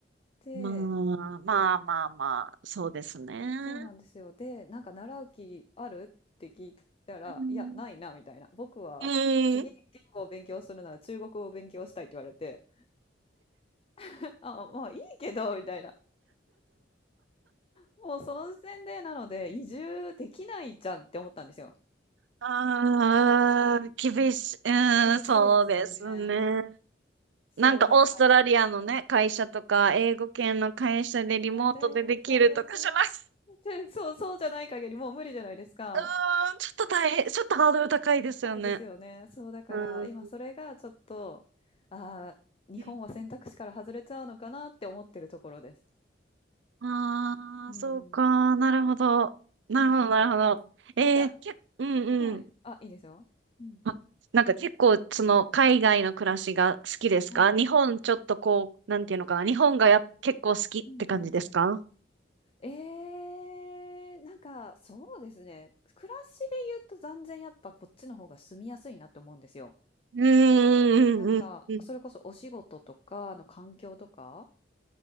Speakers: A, on the left (about 30°); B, on the right (about 80°).
A: で、
B: まあ、まあまあまあ、そうですね。
A: そうなんですよ。で、なんか習う気あるって聞いたら、
B: うん。
A: いや、ないな、みたいな。僕は次言語を勉強するなら中国語を勉強したいって言われて、
B: うん。
A: <laughs> あ、まあいいけど、みたいな。もうその時点でなので移住できないじゃんって思ったんですよ。
B: ああ、厳しい。うーん、
A: 厳しいですよね。
B: そうですね。
A: そう、
B: なんかオーストラリアのね、
A: だから
B: 会社とか、英語圏の会社でリモートでできるとかじゃなくて、
A: なんで、そう、全然、全そう、そうじゃない限りもう無理じゃないですか。
B: うーん、ちょっと大変、ちょっとハードル高いですよね。
A: ないですよね。そう、だから今それがちょっと、
B: う
A: ああ、日本は選択肢から外れちゃうのかなって思ってるところです。
B: ん。ああ、
A: うん、
B: そうか。なるほど。
A: そうなんですよ。
B: なるほど、なるほど。えー、
A: なんか、
B: け、うんうん。
A: はい。あ、いいですよ。うん。
B: あ、なんか結構、その、海外の暮らしが好きですか日本ちょっとこう、
A: はい。
B: なんていうのかな。日本がや、結構好きって感じですか
A: うんうん。えー、なんか、そうですね。暮らしで言うと残然やっぱこっちの方が住みやすいなって思うんですよ。
B: うん、
A: なんか、
B: うん、うん、うん。
A: それこそお仕事とかの環境とか、